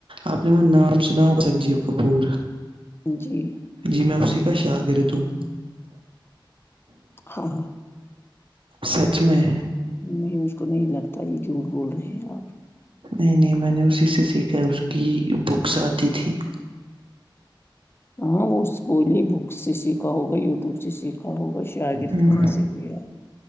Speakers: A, on the right; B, on the left.
A: آپ نے وہ نام سنا ہوگا سنجیو کپور
B: جی
A: جی میں اسی کا شاگرد ہوں
B: ہاں ہاں
A: سچ میں
B: نہیں مجھ کو نہیں لگتا یہ جھوٹ بول رہے ہیں آپ
A: نہیں نہیں میں نے اسی سے سیکھا ہے اس کی بکس آتی تھی
B: ہاں وہ <unintelligible> بک سے سیکھا ہوگا یوٹیوب سے سیکھا ہوگا شاگرد
A: ہ
B: کہاں سے ہوئی آپ